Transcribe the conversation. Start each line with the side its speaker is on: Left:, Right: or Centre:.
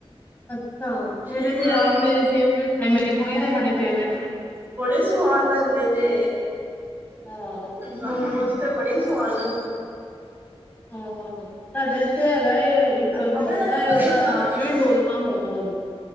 Left: ਅੱਛਾ, ਮੇਰੇ
Right: ਆਹੋ
Left: ਤੇ ਆਪ ਮੇਰੇ ਫੇਵਰੇਟ ਨੇ ਮੇਰੀ ਕੁੜੀ ਦੇ ਬੜੇ ਫੇਵਰੇਟ ਨੇ।
Right: ਬੜੇ ਸਵਾਦ ਲੱਗਦੇ ਜੇ।
Left: ਹਾਂ
Right: ਮੋਮੋਸ ਤੇ ਬੜੇ ਈ ਸਵਾਦ ਲੱਗ
Left: ਹਾਂ, ਸਾਡੇ ਇੱਥੇ ਹੈਗਾ ਏ ਇੱਕ ਖਲੋਂਦਾ
Right: ਆਪਣੇ
Left: ਏ ਉਹਦਾ
Right: ਗੱਡੀ
Left: ਨਾਮ ਏ ਡੋਲ ਮਾ - ਮੋਮੋਜ਼।